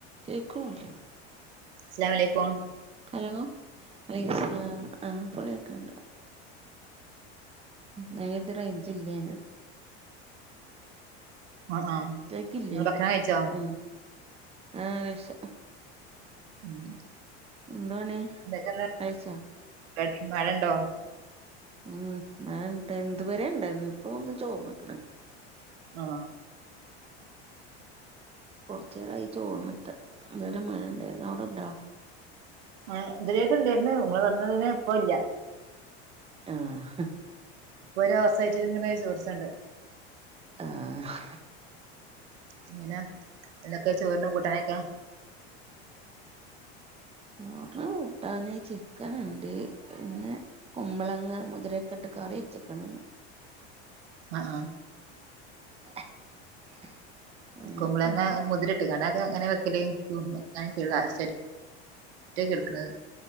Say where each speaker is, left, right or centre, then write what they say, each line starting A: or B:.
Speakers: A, on the right; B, on the right.
A: കേക്ണൂല്ല
B: സ്ലാംലൈക്കും
A: ഹലോ വലൈക്കുസ്സലാം ആ പ്പക്കേക്ണ്ട് ഞാകര്തി റേഞ്ചില്ലേന്
B: ആ ആ
A: കേക്കില്ലേ
B: നിങ്ങൾ ഭക്ഷണം കഴിച്ചോ
A: ഉം ആ കഴിച്ചു
B: ഉം
A: ന്തപണി
B: എന്തൊക്കെന്ന്
A: കഴിച്ചാ
B: പരിപാടി മഴണ്ടോ
A: ഉം മഴണ്ട് ന്തുവരെണ്ടായിരുന്നു ഇപ്പൊ ഒന്ന് ചോറ്ന്ക്ക്ണ്
B: ആ
A: കൊറ്ച്ചേരായി ചോർന്ന്ട്ട് ഇതുവരെ മഴണ്ടായിരുന്നു അവ്ടെണ്ടോ
B: ആ ഇതിലേക്ക ഉണ്ടായിന്ന് നിങ്ങൾ പറഞ്ഞതിന് ഇപ്പ ഇല്ല
A: ആഹ!
B: ഇപ്പൊ ഒരു അവസ്ഥായിറ്റിൽ ഇങ്ങനെ ചോദിച്ചണ്ട്
A: ആഹ!
B: ഇങ്ങനെ എൊക്കെ ചോറിന കൂട്ടാനക്കാ?
A: ചോറിന കൂട്ടൻ ചിക്കൻ ഉണ്ട് പിന്നെ കുമ്പളങ്ങ മുതിരക്കെട്ട് കറി വച്ചക്കണ്.
B: ആഹ! ആ...
A: <unintelligible> അങ്ങനൊക്കെണ്ട്
B: കുമ്പളങ്ങ മുതിര ഇട്ട് കണ്ടക്കെ അങ്ങനെ വെക്കല് അങ്ങനെ എടുക്കുന്നത്?